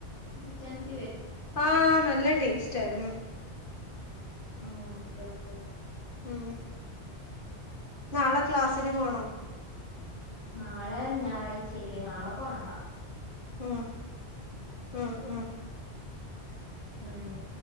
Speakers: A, on the left (about 85°); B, on the left (about 55°).
A: ടെൻസ്...
B: ആ നല്ല ടേസ്റ്റ് ആരുന്നു
A: ആ ഓക്കെ ഓക്കേ ഓക്കേ
B: ഉം നാളെ... ക്ലാസ്സിന് പോണോ
A: നാളെ ഞായറാഴ്ചയല്ലേ നാളെ പോകണ്ട
B: ഉം ഉം ഉം
A: മ്